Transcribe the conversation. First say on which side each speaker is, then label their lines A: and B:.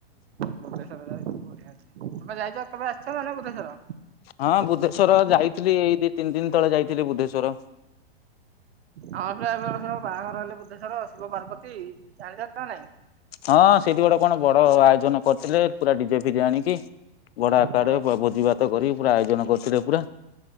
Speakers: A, on the right; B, on the left.
A: ବୁଦ୍ଧେଶ୍ୱର ଯାଇଥିଲୁ ବଢିଆ ଅଛି ତମେ ଯାଇଚ ତମେ ଆସିଛ ନା ନାଇଁ ବୁଦ୍ଧେଶ୍ୱର।
B: ହଁ ବୁଦ୍ଧେଶ୍ଵର ଯାଇଥିଲି ଏଇ ଦି ତିନି ଦିନ ତଳେ ଯାଇଥିଲି ବୁଦ୍ଧେଶ୍ଵର।
A: ଆମ ପୁରା ଏଇ ବରଷ ବାହାଘର ହେଲେ ବୁଦ୍ଧେଶ୍ଵର ଶିବ ପାର୍ବତୀ ଜାଣିଚ ନା ନାଇଁ।
B: ହଁ ସେଇଠି ଗୋଟେ କଣ ବଡ ଆୟୋଜନ କରିଥିଲେ ପୁରା ଡିଜେ ଫିଜେ ଆଣିକି। ବଡ ଆକାରରେ
A: ହଁ
B: ଭୋଜିଭାତ କରି ପୁରା ଆୟୋଜନ କରିୁଥିଲେ ପୁରା